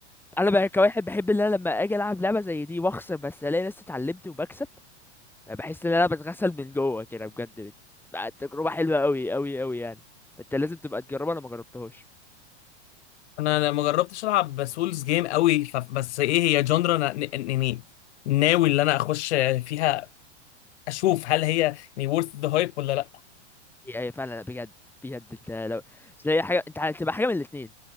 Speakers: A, in the centre; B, on the left.
A: انا بقى كواحد بحب ان انا لما اجي العب لعبه زي دي واخسر بس الاقي نفسي اتعلمت وبكسب أنا بحس ان انا بتغسل من جوه كده بجد بتبقى تجربه حلوه قوي قوي قوي يعني فانت لازم تبقى تجربها لو ما جربتهاش
B: انا ما جربتش العب سولز جيم قوي ف... بس ايه هي جندرا انا ن- ن- ن- ناوي اللي انا اخش فيها اشوف هل هي يعني worth the hype ولا لا
A: اي اي فعلا بجد بجد انت لو زي حاجه انت هتبقى حاجه من الاثنين